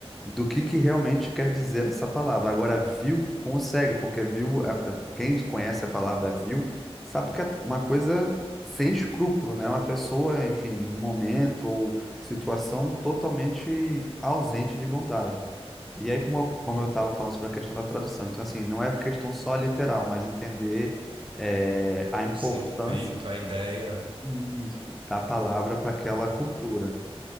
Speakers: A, in the centre; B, on the right.
A: do que, que realmente quer dizer essa palavra. Agora, vil consegue, porque vil, a- a- quem conhece a palavra vil sabe que é uma coisa sem escrúpulo, né? Uma pessoa, enfim, um momento situação totalmente ausente de bondade. E aí, como eu, como eu estava falando sobre a questão da tradução, então, assim, não é questão só literal, mas entender eh, a
B: O
A: importância
B: sentimento, a ideia.
A: Isso. da palavra para aquela
B: Dá
A: cultura.
B: pra...